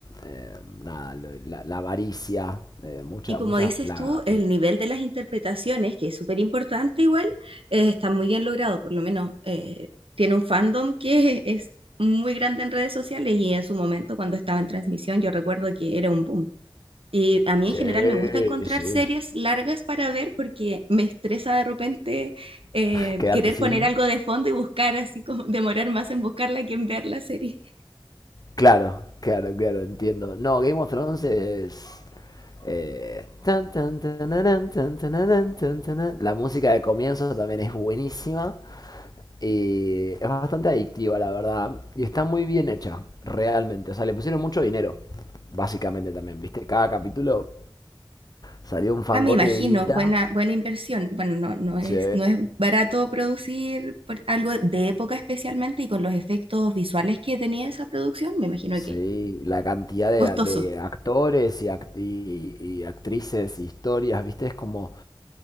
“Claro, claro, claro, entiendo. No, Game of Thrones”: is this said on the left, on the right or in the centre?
Left